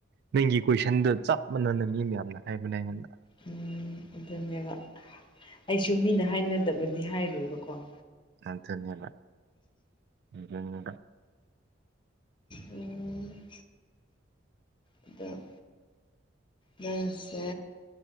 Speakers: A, on the right; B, on the left.
A: ꯅꯪꯒꯤ ꯀꯣꯏꯁꯟꯗ ꯆꯞ ꯃꯥꯟꯅꯅ ꯃꯤ ꯃꯌꯥꯝꯅ ꯍꯥꯏꯕꯅꯦ ꯑꯩꯉꯣꯟꯗ꯫
B: ꯎꯝ ꯑꯗꯨꯅꯦꯕ꯫ ꯑꯩꯁꯨ ꯃꯤꯅ ꯍꯥꯏꯅꯗꯕꯗꯤ ꯍꯥꯏꯔꯣꯏꯕꯀꯣ꯫
A: ꯑꯗꯨꯅꯦꯕ <unintelligible>
B: ꯎꯝ ꯑꯗꯣ ꯅꯪꯁꯦ